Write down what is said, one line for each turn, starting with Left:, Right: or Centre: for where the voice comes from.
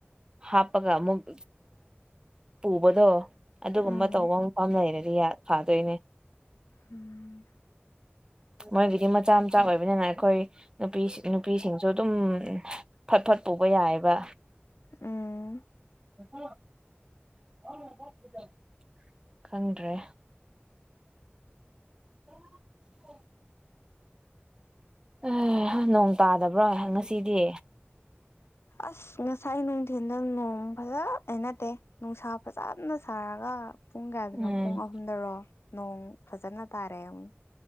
Right: ꯍꯥꯞꯄꯒ ꯑꯃꯨꯛ ꯄꯨꯕꯗꯣ ꯑꯗꯨꯒꯨꯝꯕ
Left: ꯎꯝ
Right: ꯇꯧꯕ ꯃꯐꯝ ꯂꯩꯔꯗꯤ ꯐꯥꯗꯣꯏꯅꯦ
Left: ꯎꯝ
Right: ꯃꯣꯏꯒꯤꯗꯤ ꯃꯆꯥ ꯃꯆꯥ ꯑꯣꯏꯕ ꯑꯗꯨꯕꯅꯤꯅ ꯑꯩꯈꯣꯏ ꯅꯨꯄꯤ ꯅꯨꯄꯤꯁꯤꯡꯁꯨ ꯑꯗꯨꯝ ꯐꯠ ꯐꯠ ꯄꯨꯕ ꯌꯥꯏꯑꯕ
Left: ꯎꯝ
Right: <unintelligible> <unintelligible> ꯈꯪꯗ꯭ꯔꯦ <inaudible> ꯑꯦ ꯅꯣꯡ ꯇꯥꯗꯕ꯭ꯔꯣ ꯉꯁꯤꯗꯤ
Left: ꯑꯁ ꯉꯁꯥꯏ ꯅꯨꯡꯊꯤꯟꯗ ꯅꯣꯡ ꯐꯖ ꯍꯥꯏ ꯅꯗꯦ ꯅꯨꯡꯁꯥ ꯐꯖꯅ ꯁꯥꯔꯒ ꯄꯨꯡ ꯀꯌꯥꯗꯅꯣ
Right: ꯎꯝ
Left: ꯄꯨꯡ ꯑꯍꯨꯝꯗꯔꯣ ꯅꯣꯡ ꯐꯖꯅ ꯇꯥꯔꯦ ꯑꯃꯨꯛ